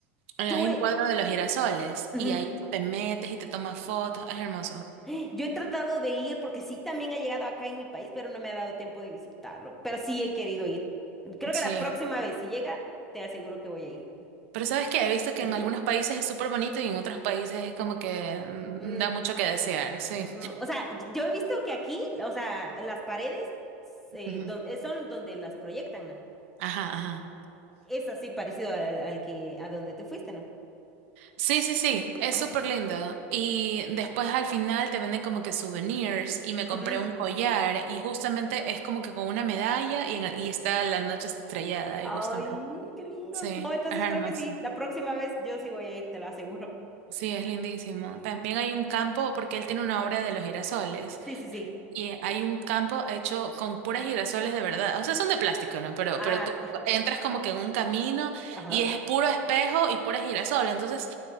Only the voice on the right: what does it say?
Eh,
Hay
un cuadro de los girasoles
y ahí tú te metes y te tomas fotos, es hermoso.
Sí,
pero sabes que he visto que
en algunos países es súper bonito y en otros países es como que mm,
da mucho que desear, sí.
Ujú.
Ajá, ajá.
Sí, sí, sí, es
súper
lindo. Y después al final te venden como que souvenirs y me compré
un collar y justamente es como que con una medalla y, en el- y está la noche estrellada
y justamente.
Sí,
es hermoso.
Sí, es lindísimo. También hay un campo, porque él tiene una obra de los girasoles,
y hay un campo hecho con puras girasoles de verdad. O sea, son de plástico, ¿no? Pero,
pero tú entras como que en un camino
y es puro espejo y puras girasoles. Entonces,